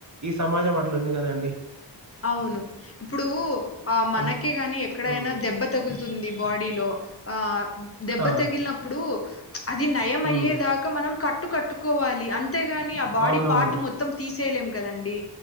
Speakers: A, on the right (about 40°); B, on the left (about 30°).
A: ఈ సమాజం అట్లా ఉంది కదండి
B: అవును ఇప్పుడు ఆ మనకే
A: అమ్
B: గాని ఎక్కడైనా
A: ఉమ్
B: దెబ్బ తగులుతుంది బాడీలో ఆ దెబ్బ
A: ఆ
B: తగిలినప్పుడు అది నయం
A: ఉమ్
B: అయ్యేదాకా మనం కట్టు కట్టుకోవాలి అంతేగాని ఆ బాడీ
A: అవునవును
B: పార్ట్ మొత్తం తీసే లేం కదండి